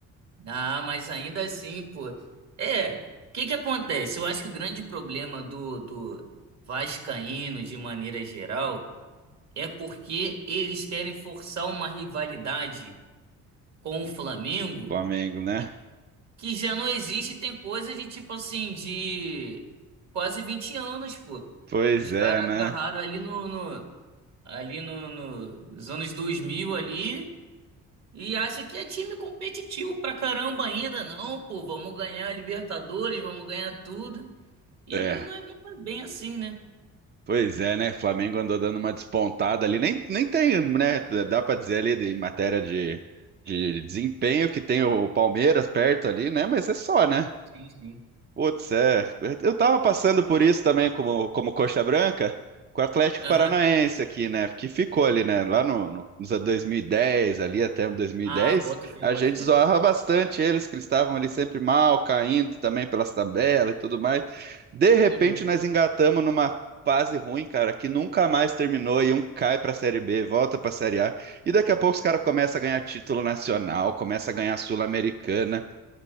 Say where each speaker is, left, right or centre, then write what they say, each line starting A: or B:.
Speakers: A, on the right (about 55°); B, on the right (about 35°).
A: Ah, mas ainda assim, pô. É, o que que acontece? Eu acho que o grande problema do, do vascaíno, de maneira geral, é porque eles querem forçar uma rivalidade com o Flamengo
B: Flamengo, né?
A: que já não existe, tem coisa de tipo assim, de quase 20 anos, pô.
B: Pois
A: Os caras
B: é, né?
A: agarraram ali no, no- ali no, no- nos anos 2000 ali e acha que é time competitivo pra caramba ainda, não, pô, vamos ganhar a Libertadores, vamos ganhar tudo. E
B: É.
A: nós não faz bem assim, né?
B: Pois é, né? Flamengo andou dando uma despontada ali. Nem, nem tem, né? Dá pra dizer ali de- em matéria de, de desempenho que tem o Palmeiras perto ali, né? Mas é só, né?
A: Sim, sim.
B: Putz, é. Eu tava passando por isso também como, como coxa branca com o Atlético
A: Aham.
B: Paranaense aqui, né? Que ficou ali, né? Lá no, no, nos anos 2010 ali até dois mil
A: Ah,
B: e dez
A: boto fé,
B: a
A: boto
B: gente
A: fé.
B: zoava bastante eles, que eles estavam ali sempre mal, caindo também pelas tabelas e tudo mais. De repente,
A: Uhum.
B: nós engatamos numa fase ruim, cara, que nunca mais terminou e um cai pra Série B, volta pra Série A. E daqui a pouco os caras começam a ganhar título nacional, começa a ganhar Sul-Americana.